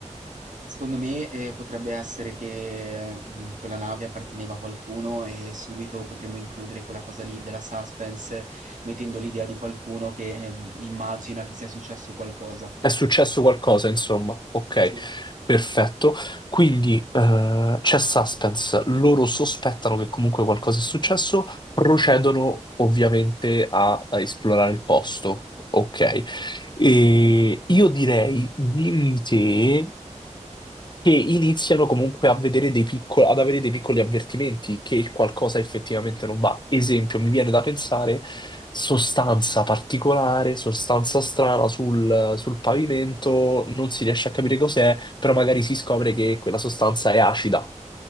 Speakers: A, on the right; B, on the left.
A: Secondo me, ehm, potrebbe essere che, mhmm, quella nave apparteneva a qualcuno e subito potremmo includere quella cosa lì della suspense, mettendo l'idea di qualcuno che, ehm, immagina che sia successo qualcosa.
B: È successo qualcosa, insomma. Ok,
A: Sì,
B: perfetto. Quindi eh, c'è suspense, loro sospettano che comunque qualcosa è successo, procedono ovviamente a, a esplorare il posto. Ok, e io direi, dimmi te, che iniziano comunque a vedere dei piccoli, ad avere dei piccoli avvertimenti che qualcosa effettivamente non va. Esempio, mi viene da pensare sostanza particolare, sostanza strana sul, sul pavimento, non si riesce a capire cos'è, però magari si scopre che quella sostanza è acida.